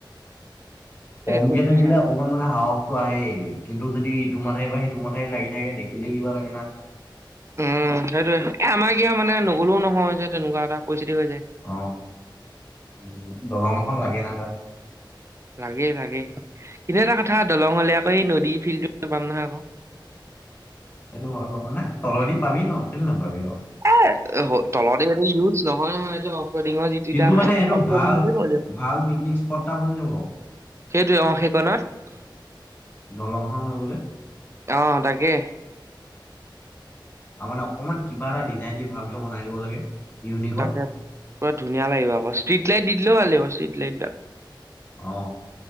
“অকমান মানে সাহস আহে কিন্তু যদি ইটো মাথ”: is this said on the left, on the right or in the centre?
Left